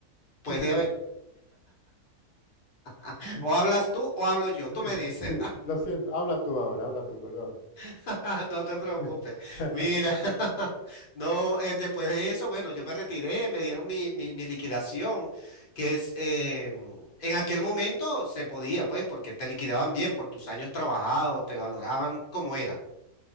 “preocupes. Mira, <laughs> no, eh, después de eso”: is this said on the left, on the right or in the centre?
Left